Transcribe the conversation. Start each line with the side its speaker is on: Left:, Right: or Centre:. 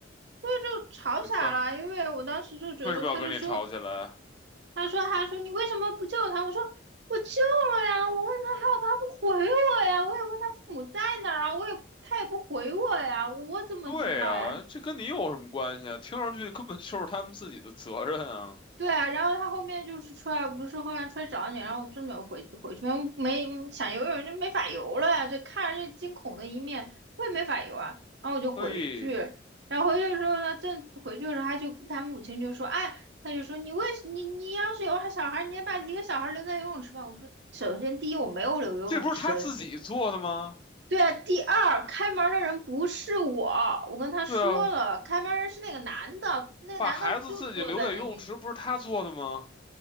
Right: 所以就吵起来了。
Left: 你说
Right: 因为我当时就觉得他就说
Left: 为什么要跟你吵起来？
Right: 他说他说你为什么不救他？我说我救了呀，我问他号不他不回我呀，我也问他父母在哪儿啊，我也他也不回我呀，我怎么知道呀？
Left: 对啊，这跟你有什么关系啊？听上去根本就是他们自己的责任啊。
Right: 对啊，然后他后面就是出来，不是后面出来找你，然后我真没有回回去，没想游泳就没法游了呀，就看着这惊恐的一面，我也没法游啊，然后我就回去，
Left: 所以
Right: 然后回去的时候呢，正回去的时候，他就他母亲就说，哎，他就说你为什你你要是有小孩，你也把一个小孩留在游泳池吧。我说，首先第一我没有留游泳池，
Left: 这不是他自己做的吗？
Right: 对啊，第二开门的人不是我，我跟他说了，
Left: 对啊，
Right: 开门人是那个男的，那男的就坐在那个。
Left: 把孩子自己留在游泳池不是他做的吗？